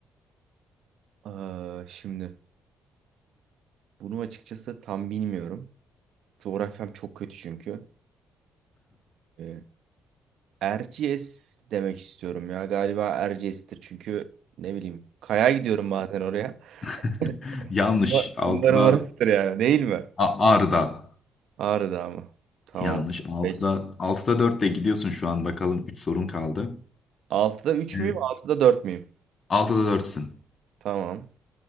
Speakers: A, on the right; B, on the left.
A: Aa, şimdi bunu açıkçası tam bilmiyorum. Coğrafyam çok kötü çünkü. Ee, Erciyes demek istiyorum ya. Galiba Erciyes'tir çünkü ne bileyim. Kaya gidiyorum bazen oraya.
B: <laughs>
A: <laughs>
B: Yanlış.
A: Uma-
B: altıda
A: Umarım orasıdır yani değil mi?
B: A- Ağrı'da.
A: Ağrı Dağı mı? Tamam.
B: Yanlış. altıda
A: Peki.
B: altıda 4'te gidiyorsun şu an. Bakalım 3 sorun kaldı.
A: Altıda 3
B: Evet.
A: müyüm? Altıda 4 müyüm?
B: 6'da 4'sün.
A: Tamam.